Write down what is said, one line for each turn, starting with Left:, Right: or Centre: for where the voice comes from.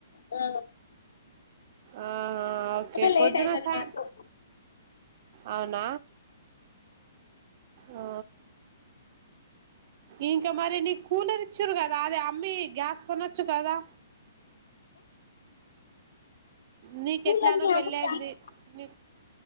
Left: ఆ
Right: ఆాహ ఓకే
Left: లేట్
Right: పొద్దున
Left: అయితది
Right: సాా
Left: మాకు
Right: యం అవున ఆ ఇంక మరి నీ కూలర్ ఇచ్చారు కదా అది అమ్మీ గ్యాస్ కొనొచ్చు కదా నీకెట్లానో
Left: పూలన్నీ
Right: పెళ్ళైంది
Left: అమ్మి గ్యాస్
Right: నీ